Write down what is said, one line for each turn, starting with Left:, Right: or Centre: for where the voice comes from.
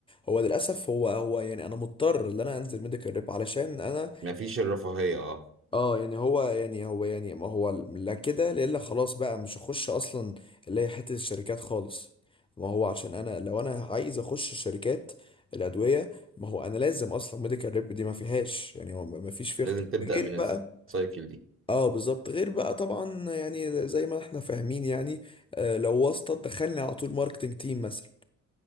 Left: هو للاسف هو هو يعني انا مضطر ان انا انزل ميديكال ريب علشان انا
Right: مفيش الرفاهية أه
Left: اه يعني هو يعني هو يعني ما هو لا كده لا الا خلاص بقى مش هخش اصلا اللي هي حته الشركات خالص ما هو عشان انا لو انا عايز اخش شركات الادويه ما هو انا لازم اصلا ميديكال ريب دي ما فيهاش يعني هو ما فيش فيه
Right: لازم
Left: اختيار
Right: تبدأ
Left: غير
Right: من
Left: بقى
Right: السايكل دي
Left: اه بالظبط غير بقى طبعا يعني زي ما احنا فاهمين يعني آه لو واسطه دخلني على طول ماركتنج تيم مثلا